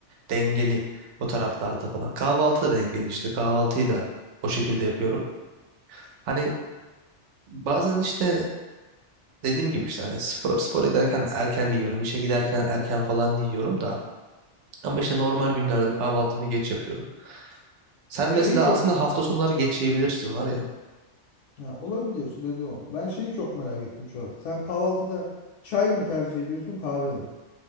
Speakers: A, on the right; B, on the left.
A: dengeli o taraflarda falan. Kahvaltı da dengeli işte. Kahvaltıyı da o şekilde yapıyorum. Hani bazen işte dediğim gibi işte hani spor, spora giderken erken yiyorum. işe giderken erken falan yiyorum da. Ama işte normal günlerde kahvaltımı geç yapıyorum. Sen
B: Şeyi
A: mesela
B: çok
A: aslında hafta sonları geç yiyebilirsin var ya.
B: Ya olabilir dedi o. Ben şeyi çok merak ettim şu an. Sen kahvaltıda çay mı tercih ediyorsun kahve mi?